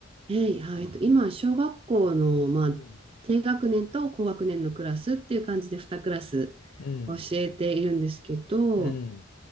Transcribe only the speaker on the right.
えい、はい。えっと今、小学校の、まあ、
低学年と高学年のクラスっていう感じで2クラス
教えているんですけど、